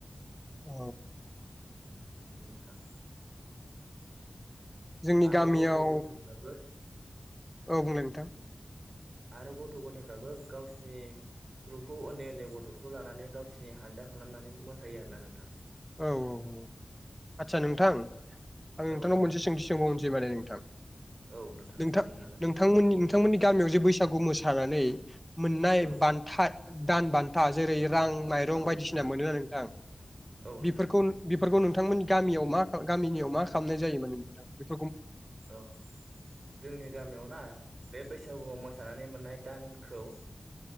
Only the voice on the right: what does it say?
नोंगौ नोंथां।
आरो
गथ' ग'थाइफ्राबो
आरो गथ' गथायफ्राबो गावसिनि ग्रुपखौ उन्दै उन्दै गथ'फोरखौ लानानै गावसिनि हानजा खालामनानै मोसायो आरोना नोंथां।
औ नोंथां
औ नोंथां
सोंनो हागोन
दे
औ
औ
नोंथां
औ
नोंथां
औ जोंनि गामियाव ना बे बै सागुआव मोसानानै मोननाय दानखौ ओ